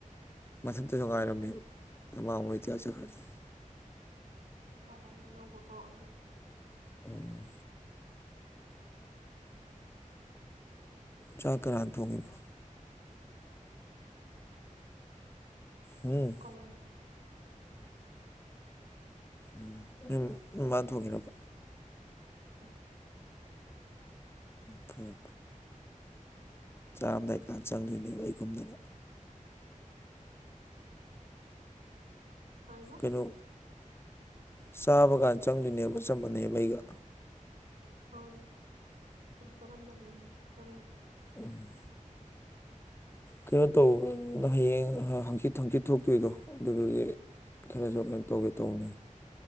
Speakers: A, on the left; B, on the right.
A: ꯃꯊꯟꯇꯁꯨ ꯉꯥꯏꯔꯝꯅꯦꯕ ꯑꯗꯨ ꯃꯥ ꯑꯃꯨꯛ ꯔꯤꯇꯌꯥꯔ ꯆꯠꯈ꯭ꯔꯅꯤ
B: ꯗꯨ ꯐꯔꯝꯅꯦ ꯑꯅꯧꯕ ꯀꯧꯔꯛꯅꯕ
A: ꯎꯝ ꯆꯥꯛ ꯀꯅꯥ ꯊꯣꯡꯉꯤꯕ ꯍꯝ
B: ꯀꯅꯥ ꯊꯣꯡꯗꯣꯏꯅꯣ
A: ꯎꯝ ꯅꯣꯏ ꯅꯣꯏ ꯃꯥꯅ ꯊꯣꯡꯉꯤꯔꯥꯕ
B: ꯍꯣꯏ
A: ꯐꯔꯦ ꯆꯥꯔꯝꯗꯥꯏ ꯀꯥꯟꯗ ꯆꯪꯗꯣꯏꯅꯦꯕ ꯑꯩꯒꯨꯝꯗꯅ
B: ꯀꯩꯌꯦꯕ
A: ꯀꯩꯅꯣ ꯆꯥꯕ ꯀꯥꯟ ꯆꯪꯗꯣꯏꯅꯦꯕ ꯆꯞ ꯃꯥꯅꯩꯌꯦꯕ ꯑꯩꯒ
B: ꯍꯣꯏ ꯈꯣꯏꯗꯤ ꯆꯥꯔꯝꯗꯥꯏꯗꯅꯤ ꯆꯪꯕꯗ
A: ꯎꯝ ꯀꯩꯅꯣ ꯇꯧꯑꯣ ꯍꯌꯦꯡ ꯍꯪꯆꯤꯠ ꯍꯪꯆꯤꯠ ꯊꯣꯛꯇꯣꯏꯗꯣ ꯑꯗꯨꯗꯨꯒꯤ ꯈꯔꯁꯨ ꯀꯩꯅꯣ ꯇꯧꯒꯦ ꯇꯧꯅꯦ